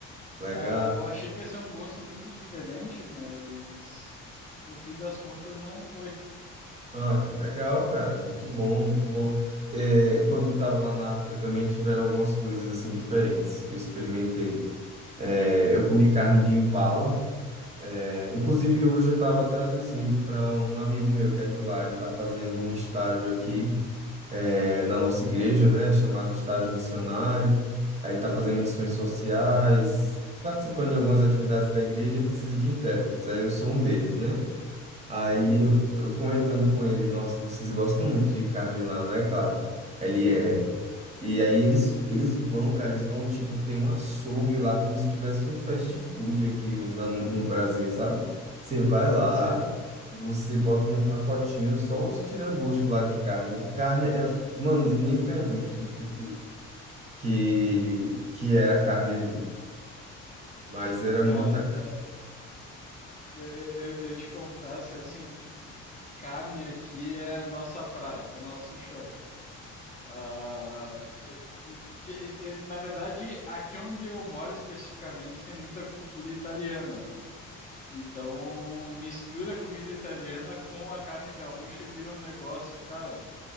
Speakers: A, on the right; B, on the left.
A: legal.
B: Ah, eu achei que ia ser um gosto muito diferente, mas no fim das contas não foi.
A: Ah, que legal, cara. Muito bom, muito bom. É, quando eu tava lá na África também tiveram algumas coisas assim diferentes que eu experimentei. É, eu comi carne de impala. É, inclusive hoje eu estava traduzindo para um amigo meu que é de lá. Ele está fazendo um estágio aqui. eh, na nossa igreja, né, chamado estágio missionário. Aí ele está fazendo missões sociais, participando de algumas atividades da igreja e precisa de intérpretes. Aí eu sou um deles, né? Aí
B: Uhum.
A: eu, eu comentando com ele, nossa, vocês gostam muito de carne lá, né, cara? Ele
B: <laughs>
A: é. E aí eles, eles vão, cara, eles vão, tipo, ter um açougue lá, como se tivesse um fast food aqui na- no Brasil, sabe? Você vai lá,
B: Sim,
A: você bota no pacotinho só os tira-gosto lá de carne. É Carne é, mano, nem pergunte do que, que,
B: de
A: que era a carne ali. Mas era
B: cara,
A: muita.
B: é, eu, eu, eu eu te confesso, é assim, que, tipo, carne aqui é nossa praia, é nosso chão. Ah, e- e- de- e- na verdade, aqui onde eu moro especificamente tem muita cultura italiana, tá? Então, mistura a comida italiana com a carne gaúcha e vira um negócio que, cara,